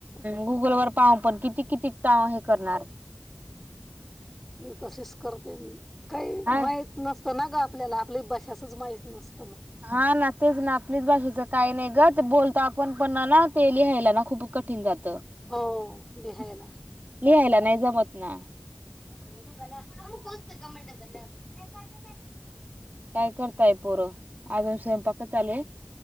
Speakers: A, in the centre; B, on the right.
A: <inaudible>
B: गुगल वर पाहून पण किती किती टा हे करणार
A: म तसेच करते मी काही
B: हा
A: माहित नसत ना ग. आपल्याला आपली बशसच माहीत नसते.
B: हा ना तेच ना आपलीच भाषेच काही नाही ग ते बोलतो आपण पण ना ते लिहायला ना खूप कठीण जात. त
A: हो लिहायला
B: <inaudible> लिहायला नाही जमत ना.
A: <unintelligible>
B: काय करताय पोरं अजून स्वयंपाकच चालू आहे.